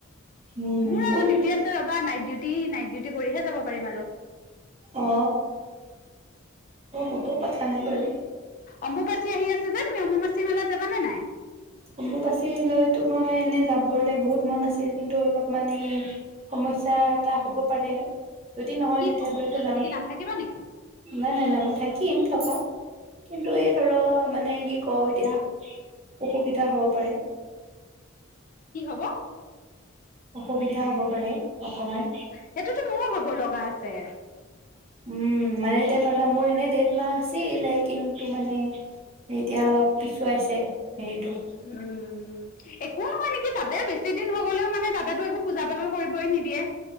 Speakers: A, on the right; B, on the left.
A: উম
B: ।মোৰ আৰু
A: কোন
B: ডিউটি আছে ৰবা নাইটডিউটি টি নাইট ডিউটি কৰিহে যাব পাৰিম আৰু।
A: অ অ হ'ব কথা নাই বাৰু।
B: অম্বুবাচী আহি আছে যে তুমি অম্বুবাচী। মেলাত যাবানে নাই
A: অম্বু বাচি লৈ। তটো মই এনে যাবলে বহুত মন আছিল কিন্তু অলপ মান এই সমস্যা এটা হ'ব পাৰে। যদি নহয়
B: কি
A: তেতিয়াহলেতো
B: সমস্যা
A: যাম,
B: তুমি কি নাথাকিবা নেকি
A: নাই নাই নাই মই থাকিম। থাকিম থকাত কিন্তু এই ধৰক মানে কি কওঁ এতিয়া। অসুবিধা হ'ব পাৰে।
B: কি হব?
A: অসুবিধা হব পাৰে। অকমান,
B: সেইটোতো মোৰো হব লগা আছে
A: উম মানে এতিয়া ধৰি লোৱা মোৰ এনে ডট। নাছিলে কিন্তু মানে এতিয়া অলপ পিছুৱাইছে। হেৰিটো
B: উম একো নহয় নেকি। কি তাতে বেছি দিন হ গলেও মানে তােতো একো পূজা পাতল কৰিবই নি যিয়ে।